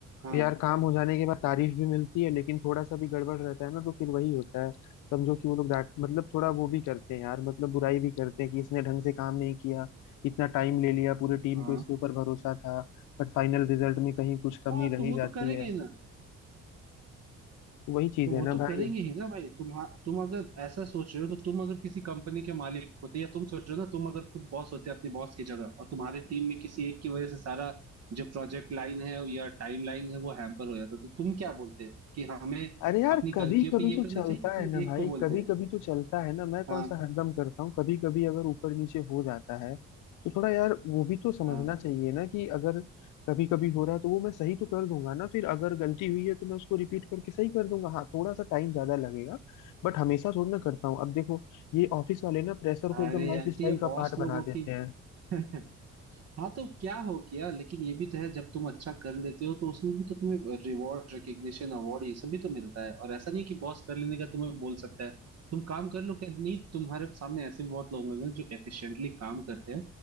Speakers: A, on the right; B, on the left.
A: हाँ
B: यार काम हो जाने के बाद तारीफ भी मिलती है लेकिन थोड़ा सा भी गड़बड़ रहता है ना तो फिर वही होता है समझो कि वो लोग डांट मतलब थोड़ा वो भी करते हैं यार मतलब बुराई भी करते हैं कि इसने ढंग से काम नहीं किया इतना टाइम ले लिया पूरी टीम
A: हाँ
B: को इसके ऊपर भरोसा था बट फाइनल रिजल्ट में कहीं कुछ कमी
A: हाँ
B: रह
A: तो वो
B: ही जाती
A: तो करेंगे
B: है
A: ना
B: वही चीज
A: तो
B: है
A: वो
B: ना
A: तो
B: भाई
A: करेंगे ही ना भाई तुम तुम अगर ऐसा सोच रहे हो तो तुम अगर किसी कंपनी के मालिक होते या तुम सोच रहे हो ना तुम अगर खुद बॉस होते अपनी बॉस की जगह और तुम्हारे टीम में किसी एक की वजह से सारा जो प्रोजेक्ट लाइन है या टाइम लाइन है वो हैम्पर हो जाता तो तुम क्या बोलते कि हमें
B: अरे यार
A: अपनी
B: कभी
A: गलतियों
B: कभी
A: पे ये
B: तो
A: करना
B: चलता
A: चाहिए फिर
B: है ना
A: एक
B: भाई
A: को बोलते
B: कभी
A: हैं
B: कभी तो चलता है ना मैं कौन
A: हाँ
B: सा हरदम करता हूँ कभी कभी अगर ऊपर नीचे हो जाता है तो थोड़ा यार वो भी तो समझना
A: हाँ
B: चाहिए ना कि अगर कभी कभी हो रहा है तो वो मैं सही तो कर दूंगा ना फिर अगर गलती हुई है तो मैं उसको रिपीट करके सही कर दूंगा हाँ थोड़ा सा टाइम ज्यादा लगेगा बट हमेशा थोड़ी ना करता हूँ अब देखो ये ऑफिस वाले ना प्रेशर को
A: अरे
B: एकदम लाइफ
A: यार
B: स्टाइल
A: तो ये
B: का
A: बॉस
B: पार्ट बना
A: लोगों
B: देते
A: की
B: हैं
A: <laughs> हाँ तो क्या हो गया लेकिन ये भी तो है जब तुम अच्छा कर लेते हो तो उसमें भी तो तुम्हें रिवॉर्ड रिकग्निशन अवार्ड ये सब भी तो मिलता है और ऐसा नहीं कि बॉस कर लेने का तुम्हें बोल सकता है तुम काम कर लो क्या नहीं तुम्हारे सामने ऐसे भी बहुत लोग होंगे जो एफिशिएंटली काम करते हैं